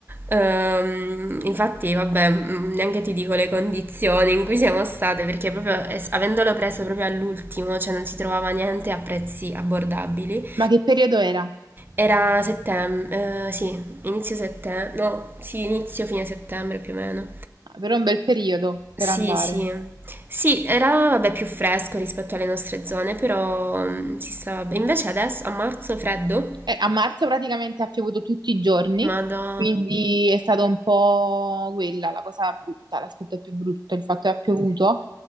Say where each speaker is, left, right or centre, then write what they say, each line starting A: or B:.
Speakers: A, on the right (about 30°); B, on the right (about 85°).
A: Ehm, infatti, vabbè, mh, neanche ti dico le condizioni in cui siamo state, perché proprio es- avendolo preso proprio all'ultimo, cioè non si trovava niente a prezzi abbordabili.
B: Ma che periodo era?
A: Era settembre, eh, sì, inizio settembre, no, sì, inizio fine settembre più o meno.
B: Ah, Però è un bel periodo
A: Sì,
B: per andare.
A: sì. Sì, era vabbè più fresco rispetto alle nostre zone, però mm, si stava bene. Invece adesso a marzo freddo,
B: Eh, a marzo praticamente ha piovuto tutti i giorni,
A: ma
B: Mm.
A: da
B: quindi è stata un po' quella la cosa brutta, l'aspetto più brutto, il fatto che ha piovuto,